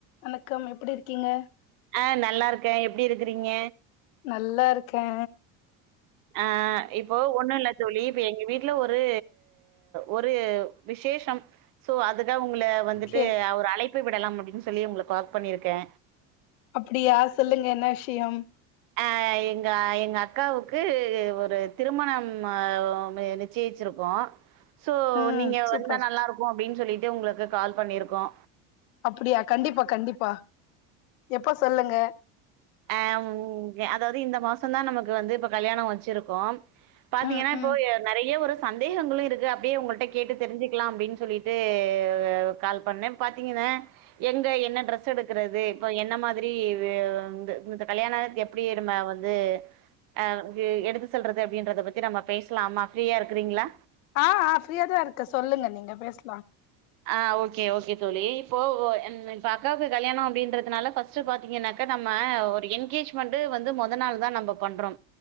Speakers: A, on the left; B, on the right.
A: வணக்கம் எப்டி இருக்கீங்க
B: ஆ நல்லாருக்கே எப்டி இருக்குறீங்க
A: நல்லாருக்கே
B: ஆ இப்போ ஒண்ணுல்ல தோழி இப்ப எங்க வீட்ல ஒரு ஒரு விசேஷம் சோ அதுக்கா உங்கள வந்துட்டு
A: ஓகே
B: ஒரு அழைப்பு விடலாம் அப்டின் சொல்லி உங்களுக்கு கால் பண்ணிருக்கே
A: அப்டியா சொல்லுங்க என்ன விஷ்யம்
B: ஆ எங்க எங்க அக்காவுக்கு ஒரு திருமணம் அ மெ ஜெய்ச்சிருக்கோ சோ
A: ம்
B: நீங்க
A: சூப்பர்
B: வந்தா நல்லா இருக்கோ அப்டீன்னு சொல்லிட்டு உங்குளுக்கு கால் பண்ணிருக்கோ
A: அப்புடியா கண்டிப்பா கண்டிப்பா எப்ப சொல்லுங்க
B: ஆ உங்க அதாவது இந்த மாசோ தா நமக்கு வந்து இப்ப கல்யாணோ வெச்சிருக்கோ பாத்தீங்கன்னா
A: ம்
B: இப்போ
A: ம்
B: நறைய ஒரு சந்தேகங்களோ இருக்கு அப்டியே உங்கள்ட்ட கேட்டு தெரிஞ்சிக்கலா அப்டின்னு சொல்லிட்டு கால் பண்ணே பாத்தீங்கன்னா எங்க என்ன ட்ரெஸ் எடுக்குறது இப்ப என்ன மாதிரி வே இந் இந்த கல்யாணத் எப்டி நம்ம வந்து அ இங்கு எடுத்து சொல்றத அப்டீன்றத பத்தி நம்ம பேசலா ஃப்ரீயா இருக்குறீங்களா
A: ஆ ஆ ஃப்ரீயா தா இருக்க சொல்லுங்க நீங்க பேசலா
B: ஆ ஓகே ஓகே தோழி இப்போ ஓ என்னு இப்ப அக்காவுக்கு கல்யாணோ அப்டீன்றதுனால ஃபர்ஸ் டு பாத்தீங்கன்னாக்கா நம்ம ஒரு என்கேஜ் மெண்ட் வந்து மொத நாள்தா நம்ம பண்றோ